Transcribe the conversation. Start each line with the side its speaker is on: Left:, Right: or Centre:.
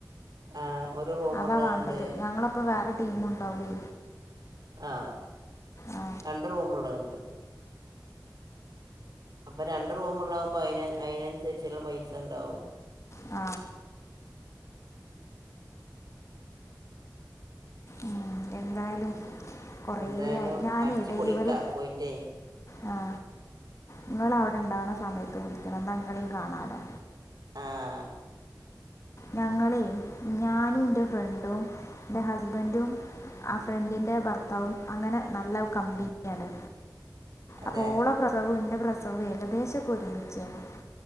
Right: ആ ഒരു റൂമുള്ളതുണ്ട്
Left: അതാ വേണ്ടത് ഞങ്ങളപ്പൊ വേറെ ടീമ് ഉണ്ടാവുകു
Right: ആഹ
Left: ആ
Right: രണ്ട് റൂമുള്ളത് ഇണ്ട് അപ്പൊ രണ്ട് റൂമുള്ളാകുമ്പോ അ അയിനനുസരിച്ചുള്ള പൈസ ഉണ്ടാവും
Left: ആ ഉം എന്തായാലും കൊറെ
Right: എന്തായാലും
Left: ആയി ഞാനേ
Right: അടിച്ച്
Left: ഡെലിവറി
Right: പൊളിക്ക പോയിട്ടേ
Left: ആ നിങ്ങള് അവിടെ ഉണ്ടാവുന്ന സമയത്ത് വിളിക്കണം ഇന്ന ഇങ്ങളി കാണാലോ
Right: ആഹ്
Left: ഞങ്ങളേ ഞാനും ഇന്റെ ഫ്രണ്ടും ഇന്റെ ഹസ്ബൻഡ്ന്റും. ഫ്രണ്ടിൻ്റെ ഭർത്താവും അങ്ങനെ നല്ല കമ്പനിയാണ്
Right: അതെ
Left: അപ്പോ ഓളെ പ്രസവും ഇന്റെ പ്രസവും ഏകദേശ ഒരുമിച്ചേനി.